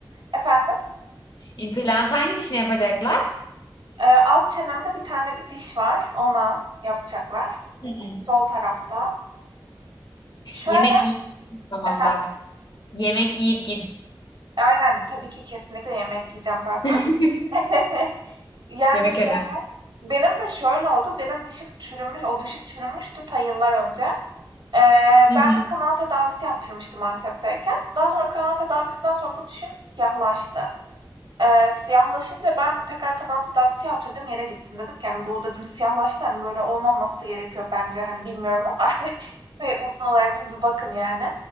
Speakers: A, on the right; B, on the left.
A: Efendim?
B: İmplant hangi dişine yapacaklar?
A: Ee, alt çenemde bir tane bir diş var. Ona yapacaklar.
B: Hı.
A: Sol tarafta. Şöyle
B: Yemek yiyip tamam
A: efendim.
B: bak. Yemek yiyip git.
A: Aynen tabii ki kesinlikle yemek yiyeceğim zaten.
B: <laughs>
A: <laughs> Yani
B: Yemek
A: şöyle.
B: önemli.
A: Benim de şöyle oldu. Benim dişim çürümüş. O dişim çürümüştü ta yıllar önce. Ee,
B: Hı
A: ben
B: hı.
A: de kanal tedavisi yaptırmıştım Antep'teyken. Daha sonra kanal tedavisinden sonra bu dişim siyahlaştı. Eee, siyahlaşınca ben tekrar kanal tedavisi yaptırdım, yere gittim. Dedim ki, hani, "Bu" dedim, "Siyahlaştı, hani, böyle olmaması gerekiyor bence, hani, bilmiyorum ama <laughs> hani, uzman olarak siz bakın, yani."